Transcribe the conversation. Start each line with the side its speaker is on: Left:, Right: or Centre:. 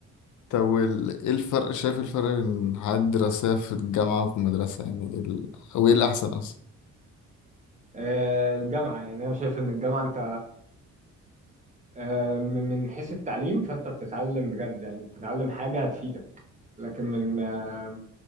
Left: طب وال- ايه الفرق شايف الفرق بين الحياة الدراسية في الجامعة وفي المدرسة يعني ايه ال... او ايه الأحسن أصلا
Right: آه، الجامعه يعني انا شايف ان الجامعه انت آه، من من حيث التعليم فانت بتتعلم بجد يعني بتتعلم حاجه هتفيدك لكن من آه،